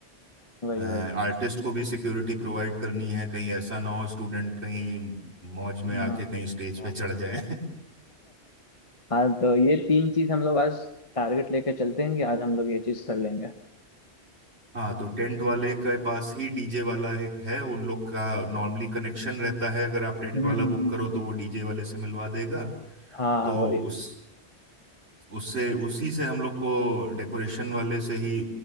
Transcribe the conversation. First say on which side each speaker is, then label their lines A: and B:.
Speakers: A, on the left (about 30°); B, on the right (about 70°).
A: वही
B: आर्टिस्ट
A: वही
B: को भी सिक्योरिटी प्रोवाइड करनी है कहीं ऐसा ना हो स्टूडेंट कहीं मौज में
A: हम्म,
B: आके कहीं स्टेज
A: <laughs>
B: पे चढ़
A: हाँ।
B: जाए
A: हाँ तो ये तीन चीज हम लोग आज टारगेट लेके चलते हैं कि आज हम लोग ये चीज कर लेंगे
B: <laughs> हाँ तो टेंट वाले के पास ही डीजे वाला एक है उन लोग का नॉर्मली कनेक्शन रहता है अगर आप टेंट
A: हम्म,
B: वाला
A: हम्म,
B: बुक करो
A: हम्म।
B: तो वो डीजे वाले से मिलवा देगा
A: हाँ हाँ
B: तो
A: वही
B: उस उससे उसी से हम लोग को डेकोरेशन वाले से ही